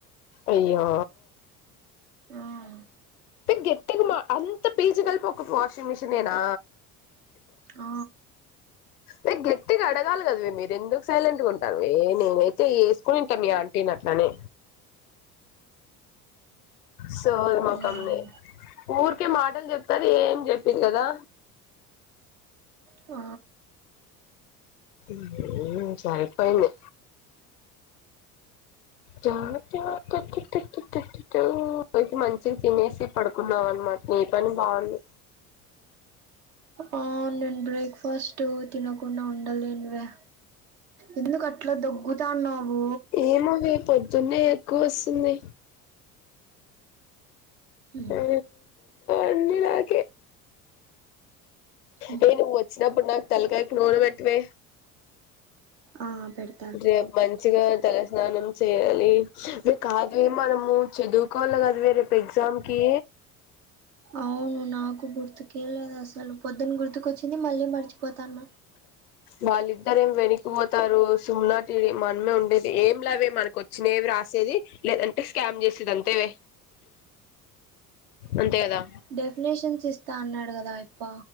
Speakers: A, on the left; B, on the right.
A: అయ్యో
B: ఆ
A: గట్టిగా మా అంత పీజి కలిపి ఒక వాషింగ్ మిషిన్ నేనా
B: ఆ
A: ల్ గట్టిగా అడగాలి కదావే మీరు ఎందుకు సైలెంట్గా ఉంటారు ఏ నేనైతే వేసుకునింటా మీ ఆంటీని అట్లనే సోది మొకంది
B: మ్మ్
A: ఊరికే మాటలు చెప్తది ఏం చెప్పిది కదా
B: ఆ
A: మ్ సారి పోయింది జా జ అ తకి అయితే మంచిగా తినేసి పడుకున్నావ్ అనమాట ని పని బాగుంది
B: ఆ నేను బ్రేక్ఫాస్ట్ తినకుండా ఉండలేనువే ఎందుకట్లా దగ్గుతాన్నవ్
A: ఏమొవే పొద్ జున్నే ఎక్కువోస్తుంది
B: హ్మ్
A: ఆ అన్ని నాకే
B: హ్మ్
A: నీను వద్ వచ్చినప్పుడు నాకు తల్లకాయకి నూనె పెట్టవే
B: ఆ పెడ్
A: రేప్ మంచిగా తలస్నానం చేయాలి వే కాదువే మనము చదువు కోవాలె కాదా వే రేపు ఎగ్జామ్కి
B: అవును నాకు గుర్తుకే లేదు అసలు పొద్దున్న గుర్తుకొచ్చింది మళ్ళీ మర్చిపోతాన్న
A: వాళ్ళిద్దరం వెనక్కిపోతారు సుమ్నాటి మనమే ఉండేది ఏం లేవే మనకో చ్చినవి రాసేది లేదంటే స్కామ్ చేసేది అంతేవే అంతే కదా
B: డెఫినేషన్స్ ఇస్తా అన్నాడు కదా ఇప్ప